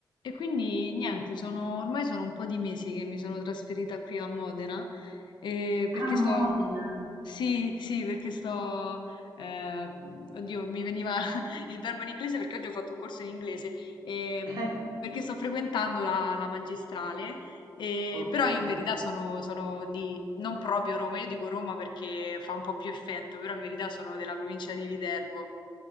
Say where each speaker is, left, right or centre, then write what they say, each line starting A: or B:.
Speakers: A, on the left (about 80°); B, on the right (about 65°).
A: E quindi niente, sono, ormai sono un po' di mesi che mi sono trasferita qui a Modena, eh, perché
B: A Modena,
A: sto, sì, sì, perché sto, eh, oddio, mi veniva <laughs> il verbo in inglese perché oggi ho fatto un corso in inglese, ehm,
B: <laughs> eh,
A: perché sto frequentando la, la magistrale, eh,
B: okay.
A: però io in verità sono, sono di, non proprio Roma, io dico Roma perché fa un po' più effetto, però in verità sono della provincia di Viterbo.